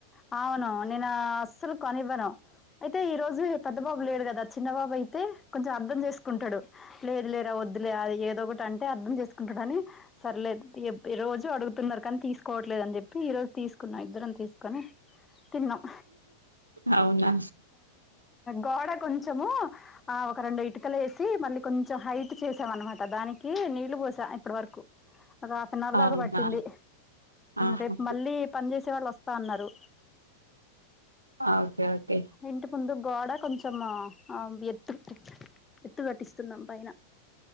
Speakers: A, on the left; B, on the right.
A: పోను నేను అస్సలు కొనివ్వను అయితే ఈ రోజు పెద్దబాబు లేడు కదా చి చిన్న బాబు అయితే కొంచెం అర్థం చేసుకుంటాడు లేదు లేరా వద్దులే ఏదో ఒకటి అంటే అర్థం చేసుకుంటాడు అని సర్లే ఇ రోజు అడుగుతున్నారు కానీ తీసుకోవట్లేదు అని చెప్పి ఈ రోజు తీసుకు కున్న ఇద్దరం తీసుకొని తిన్నాం
B: అవునా
A: గోడ కొంచెము ఆ ఒక రెండు ఇటుకలు వేసి మళ్ళీ కొంచెం హైట్ చేసాం అనమాట దానికి నీళ్లు పోసా ఇప్పటి వరకు ఒక హాఫ్ అన్ అవర్
B: అవునా
A: దాకా పట్టింది
B: ఆహా
A: రేపు మళ్ళీ చేసే వాళ్ళు వస్తా అన్నారు
B: ఓకే ఓకే
A: ఇంటి ముందు గోడ కొంచం ఆ ఎత్తు ఎత్తు కట్టిస్తున్నాం పైన